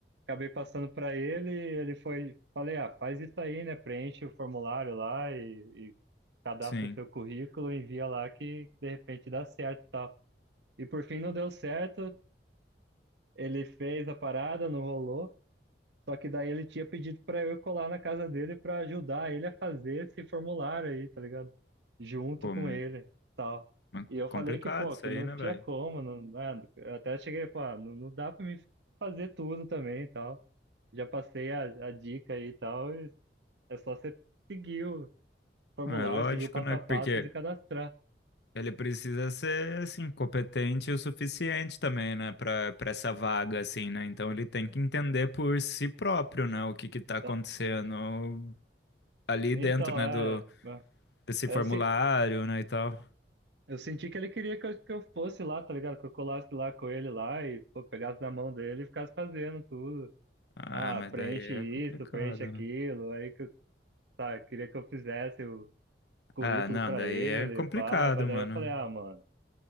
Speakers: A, on the right; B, on the left.
A: acabei passando para ele, ele foi, falei, ah, faz isso aí, né? Preenche o formulário lá e, e cadastra
B: Sim.
A: seu currículo, envia lá que de repente dá certo e tal. E por fim não deu certo, ele fez a parada, não rolou. Só que daí ele tinha pedido para eu ir colar na casa dele para ajudar ele a fazer esse formulário aí, tá ligado? Junto
B: Pô,
A: com
B: mas
A: ele, tal.
B: mas
A: E eu falei
B: complicado
A: que, pô,
B: isso
A: que
B: aí,
A: não
B: né,
A: tinha
B: velho?
A: como, não, né? Eu até cheguei, pô, ah, não, não dá para mim fazer tudo também, tal já passei a, a dica aí e tal, e é só você seguir o formulário,
B: Ah, É lógico,
A: seguir o passo
B: né?
A: a passo
B: Porque
A: e se cadastrar.
B: ele precisa ser, assim, competente o suficiente também, né? Pra, pra essa vaga, assim, né? Então ele tem que entender por si próprio, né? O que que tá acontecendo
A: Tá?
B: ali
A: Então,
B: dentro, né?
A: é.
B: Do,
A: é,
B: desse formulário,
A: Eu, se-
B: né? E tal.
A: eu senti que ele queria que eu, que eu fosse lá, tá ligado? Que eu colasse lá com ele lá e pô, pegasse na mão dele e ficasse fazendo tudo.
B: Ah,
A: Ah,
B: mas
A: preenche
B: daí é
A: isso,
B: complicado,
A: preenche aquilo.
B: né?
A: Aí que eu, tá, queria que eu fizesse o currículo
B: Ah, não,
A: pra
B: daí
A: ele,
B: é complicado,
A: pá, mas daí
B: mano.
A: eu falei, ah, mano.